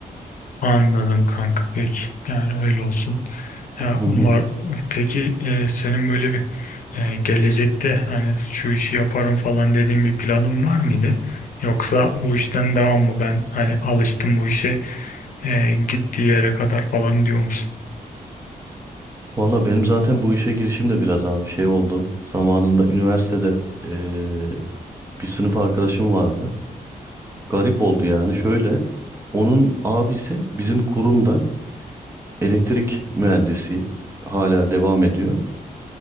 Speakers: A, on the left (about 60°); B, on the right (about 20°).
A: Anladım kanka peki yani öyle olsun. Ya
B: Hı
A: umar
B: hı.
A: peki e, senin böyle bir e, gelecekte hani şu işi yaparım falan dediğin bir planın var mıydı? Yoksa bu işten devam mı ben hani alıştım bu işe e, gittiği yere kadar falan diyor musun?
B: Valla benim zaten bu işe girişim de biraz abi şey oldu. Zamanında üniversitede eee, bir sınıf arkadaşım vardı. Garip oldu yani şöyle. Onun abisi bizim kurumda elektrik mühendisi hala devam ediyor.